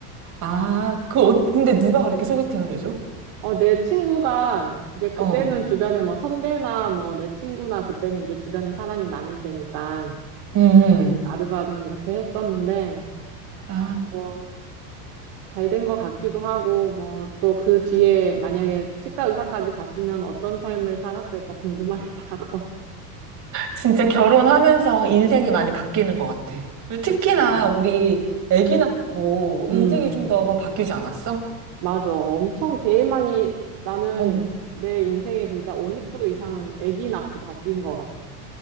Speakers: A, on the right (about 40°); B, on the right (about 60°).
A: 아, 그 옷, 근데 누가 그렇게 소개팅을 해줘?
B: 어, 내 친구가 이제 그때는
A: 어.
B: 주변에 뭐 선배나 뭐 내 친구나 그때는 이제 주변에 사람이 많을 때니까
A: 음.
B: 아르바름 이렇게 했었는데
A: 아.
B: 뭐 잘 된 것 같기도 하고 뭐 또 그 뒤에 만약에 치과 의사까지 갔으면 어떤 삶을 살았을까 궁금하기도 <laughs> 하고.
A: 진짜 결혼하면서 인생이 많이
B: 음,
A: 바뀌는 것 같아.
B: 그치.
A: 특히나 우리 아기 낳고
B: 음,
A: 인생이 좀 더 바뀌지 않았어?
B: 맞아. 엄청 제일 많이 나는
A: 응,
B: 내 인생에 진짜 50% 이상은 아기 낳고 바뀐 것 같아.